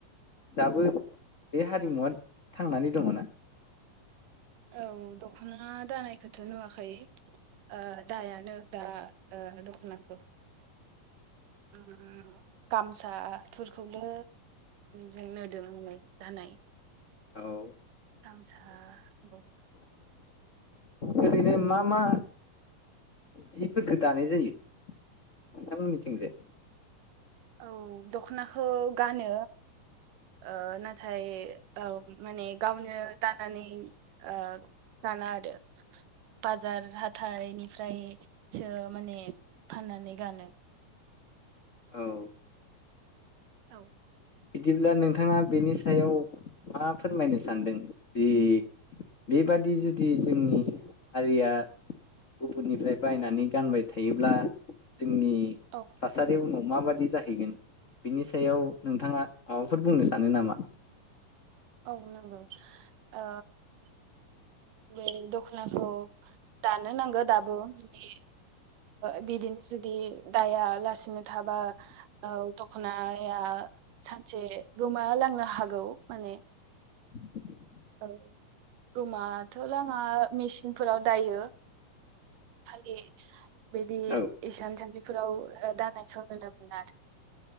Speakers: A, on the left; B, on the right.
A: दाबो बे हारिमुवा थांनानै दङ ना?
B: औ दख'ना दानायखौथ' नुवाखै ओ दायानो दा ओ दख'नाखौ। <unintelligible> गामसाफोरखौबो जों नुदोंमोन दानाय।
A: औ।
B: गामसा <unintelligible>
A: ओरैनो मा -मा जिफोरखो दानाय जायो नोंथांमोननिथिंजाय?
B: औ <unintelligible> दखनाखौ गानो ओ नाथाय औ माने गावनो दानानै ओ <unintelligible> आरो बाजार हाथाइनिफ्राय सो माने फाननानै गानो।
A: औ।
B: औ।
A: बिदिब्ला नोंथाङा बेनि सायाव मा फोरमायनो सानदों? जि बेबादि जुदि जोंनि हारिया गुबुननिफ्राय बायनानै गानबाय थायोब्ला जोंनि
B: औ
A: थासारि उनाव माबादि जाहैगोन? बिनि सायाव नोंथाङा माबाफोर बुंनो सानो नामा?
B: औ नंगौ ओ बे दख'नाखौ दानो नांगो दाबो बे ओ बिदिनोस बिदि दाया लासिनो थाबा औ दख'नाया सानसे गोमा लांनो हागौ। माने
A: <unintelligible>
B: औ गोमाथ' लाङा, मेसिनफोराव दायो। फालि बिदि
A: औ
B: इसान सालिफोराव ओ दानानायखौ नुनो मोना आरो।